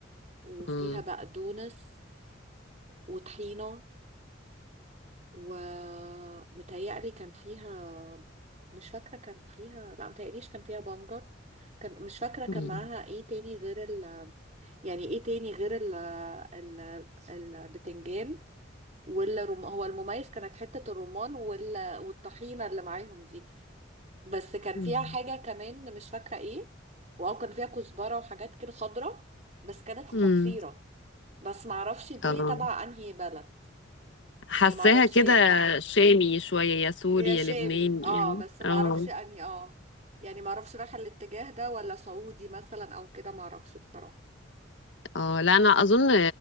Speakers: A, on the right; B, on the left.
A: وفيها
B: أم.
A: بقدونس وطحينة ومتهيألي كان فيها مش فاكرة كان فيها لا متهيأليش كان فيها بنجر كان مش فاكرة كان
B: أم.
A: معاها ايه تاني غير ال يعني ايه تاني غير ال ال البتنجان والرم هو المميز كانت حتة الرمان وال... والطحينة اللي معاهم دي بس كان
B: أم.
A: فيها حاجة كمان مش فاكرة ايه واو كان فيها كزبرة وحاجات كده خضرة بس كانت خطيرة
B: أم.
A: بس معرفش دي
B: آه
A: تبع انهي بلد
B: حاساها
A: يعني معرفش
B: كده شامي شوية يا سوري
A: هي
B: يا
A: شامي
B: لبناني
A: اه
B: يعني
A: بس ما
B: اه
A: اعرفش انهي اه يعني ما اعرفش رايحه الاتجاه ده ولا سعودي مثلا او كده ما اعرفش بصراحه
B: اه لا انا اظن